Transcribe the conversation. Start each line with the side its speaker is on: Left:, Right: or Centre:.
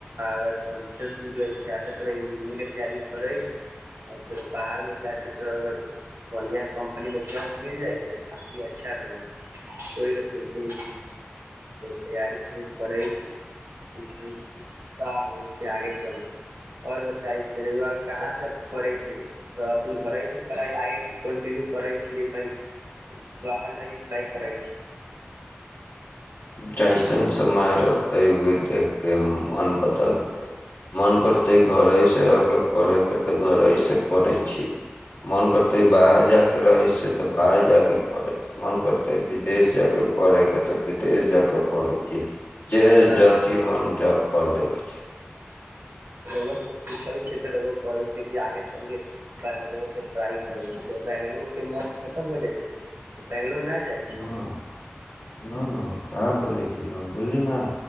Right: अगर कम्यूटर सीख ले बै छीयै, अच्छा थोड़ा इंजीनियरिंग के तैयारी करै छी आ तोरा बाहरमे जाकऽ तोरा अगर बढ़िया कम्पनीमे जॉब मिल जाइ छै, तऽ काफी अच्छा रहै छै, ओहि लै सोचै त छी, तैयारी थोड़े करै छी, देखए छीयै का होइ छै, आगे चलके और बताई छै रउवा कहाँ से करै छै, अपन घरे से पढ़ाइ आगे कन्टिन्यू करै छीयै कि, कही बाहर जाकै पढ़ाइ करै छी?
Left: जैसन समय रहते उहे देख के मन बदलतै। मन करतै घरे से रह केऽ पढ़य के तऽ घरे से पढ़ै छी। मन करतै बाहर जा कऽ रहै छियै तऽ, बाहर जाय कऽ पड़ै, मन करतै विदेश जाय कऽ पढ़े के तऽ विदेश जा जाए के पढ़े छै। जे
Right: ना
Left: जथी
Right: तऽ रौ
Left: मन जब कर देबै छै
Right: रउवा से त पूछै छीयै तऽ रउवा कहै छै कि आगे चल के बेंगलोर से पढ़ाई करै छीयै, बैंगलोर के मन खत्म हो जाइ छै त बंगलोर नै जाए छै।
Left: ना ना ना। कहाँ बोलै छी नाम बोलली नै।